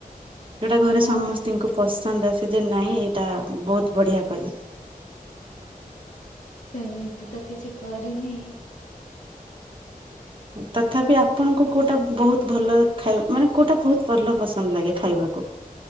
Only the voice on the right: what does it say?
ଯୋଉଟା ଘରେ
ସମସ୍ତିଙ୍କୁ ପସନ୍ଦ ଆସେ ଯେ ନାଇଁ ଏଇଟା ବହୁତ ବଢିଆ କରେ।
ତଥାପି ଆପଣଙ୍କୁ କୋଉଟା ବହୁତ ଭଲ ଖାଇ ମାନେ କୋଉଟା ବହୁତ ଭଲ ପସନ୍ଦ ଲାଗେ ଖାଇବାକୁ?